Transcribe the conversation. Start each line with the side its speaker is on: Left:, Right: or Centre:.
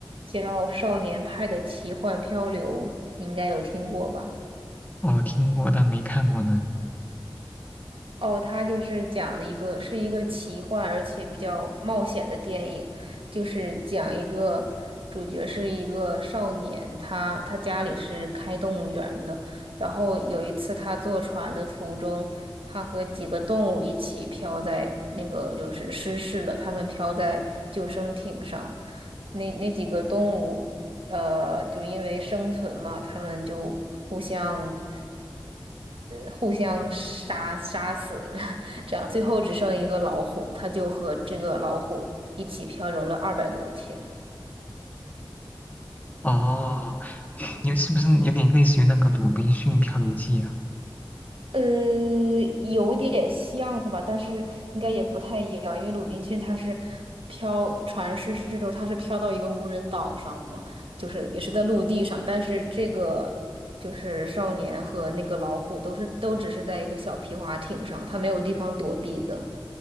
Right: 叫《少年派的奇幻漂流》，你应该有听过吧？
Left: 哦，听过但没看过呢。
Right: 哦，他就是讲的一个是一个奇幻而且比较冒险的电影，就是讲一个主角是一个少年，他他家里是开动物园的，然后有一次他坐船的途中，他和几个动物一起飘在那个就是失事了，他们飘在救生艇上，那那几个动物呃就因为生存嘛，他们就互相。互相杀杀死，<laughs> 这样最后只剩一个老虎，他就和这个老虎一起漂流了二百多天。
Left: 哦，<laughs> 有是不是有点类似于那个《鲁滨逊漂流记》啊？
Right: 呃，有点像吧，但是应该也不太一样，因为鲁滨逊他是飘船失事之后，他是飘到一个无人岛上嘛，就是也是在陆地上，但是这个就是少年和那个老虎都是都只是在一个小皮划艇上，他没有地方躲避的。